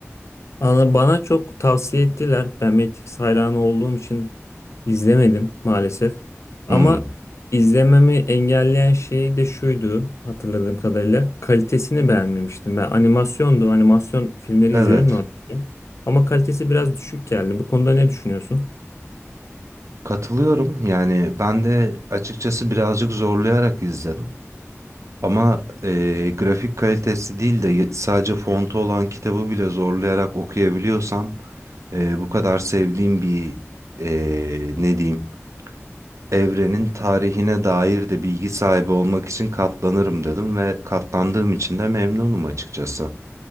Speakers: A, on the left (about 65°); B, on the right (about 75°).
A: Ana- Bana çok tavsiye ettiler. Ben Matrix hayranı olduğum için izlemedim maalesef. Ama
B: Hmm,
A: izlememi engelleyen şey de şuydu hatırladığım kadarıyla. Kalitesini beğenmemiştim. Ben animasyondu. Animasyon filmleri
B: Evet,
A: izlerim normalde. Ama kalitesi biraz düşük geldi. Bu konuda ne düşünüyorsun?
B: katılıyorum. Yani ben de açıkçası birazcık zorlayarak izledim. Ama e, grafik kalitesi değil de y- sadece fontu olan kitabı bile zorlayarak okuyabiliyorsam e, bu kadar sevdiğim bir e, ne diyeyim evrenin tarihine dair de bilgi sahibi olmak için katlanırım dedim ve katlandığım için de memnunum açıkçası.